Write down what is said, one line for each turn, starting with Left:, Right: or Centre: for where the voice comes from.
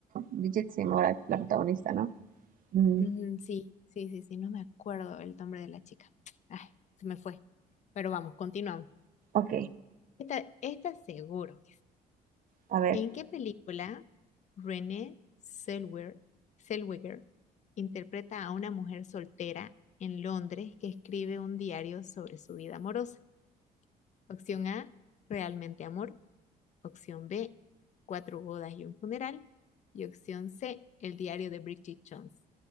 Right: Bridget se llama la la protagonista, ¿no? Mm,
Left: mm, sí, sí, sí, sí, no me acuerdo el nombre de la chica. Ay, se me fue. Pero vamos, continuamos.
Right: ok,
Left: Esta, esta seguro.
Right: a ver.
Left: ¿En qué película Renée Zellweger, Zellweger interpreta a una mujer soltera en Londres que escribe un diario sobre su vida amorosa? Opción A, Realmente Amor. Opción B, Cuatro bodas y un funeral. Y opción C, El diario de Bridget Jones.